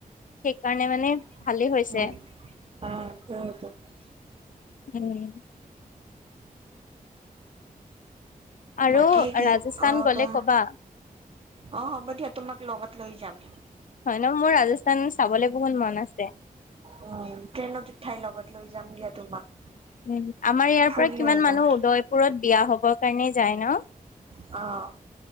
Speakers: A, on the left; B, on the right.
A: সেইকাৰণে মানে
B: <unintelligible>
A: ভালেই হৈছে উম, আৰু
B: বাকী কি
A: ৰাজস্থান
B: অ',
A: গ'লে
B: কোৱা,
A: ক'বা
B: অ, হ'ব দিয়া তোমাক লগত লৈ যাম। <inaudible>
A: হয় ন' মোৰ ৰাজস্থ স্থান চাবলে বহুত মন আছে।
B: উম, ট্ৰেইনত উঠাই লগত লৈ যাম দিয়া তোমাক।
A: উম, আমাৰ ইয়াৰ
B: ফুৰি
A: পৰা কিমান
B: আহিবা
A: মানুহ উদয়পুৰত বিয়া হ <unintelligible> কাৰণে যায় ন'?
B: অ',